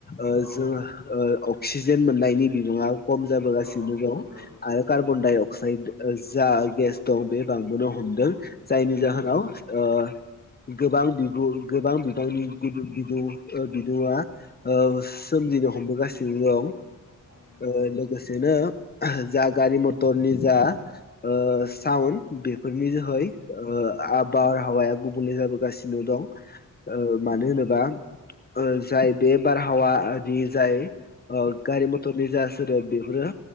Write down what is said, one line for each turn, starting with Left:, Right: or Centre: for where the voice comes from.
Left: ओ
Right: औ
Left: जोङो ओ अक्सिजेन मोननायनि बिबाङा खम जाबोगासिनो
Right: औ
Left: दं
Right: नंगौ
Left: आरो कार्बन
Right: उम
Left: डाय अक्साइद जा गेस दं बे बांबोनो हमदों
Right: औ
Left: जायनि
Right: औ
Left: जाहोनाव
Right: नंगौ
Left: ओ गोबां बिदुं गोबां बिबांनि बिदुं ओ
Right: औ
Left: बिदुं'आ ओ
Right: औ
Left: सोमजिनो हमबो गासिबो दं ओ
Right: औ नंगौ
Left: लोगोसेनो जा गारि मथरनि जा
Right: औ
Left: ओ साउन बेफोरनि जोहै
Right: औ
Left: ओ
Right: औ
Left: आब बारहावाया गुबुंले जादों गासिनो दं मानो होनोबा
Right: उम
Left: ओ
Right: औ
Left: जाय बे बारहावानि जाय ओ गारि मथरनि जा सोदोब बेफोरो